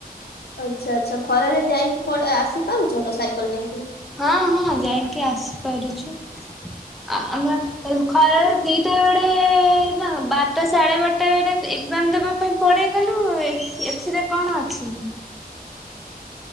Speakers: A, on the left; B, in the centre.
A: ଆଚ୍ଛା ଆଚ୍ଛା ଖରାରେ ଯାଇକି ପର ଆସି ପାରୁଚ ତ ସାଇକେଲ ନେଇକି।
B: ହଁ ହଁ ଯାଇକି ଆସିପାରୁଚୁ ଆମ ଖରାରେ କେଇତ ଆଡେ ନା ବାରଟା ସାଢେ ବାରଟା ବେଳେ ଏକ୍ସାମ ଦେବା ପାଇଁ ପଡେଇଗଲୁ ଏଥିରେ କଣ ଅଛି।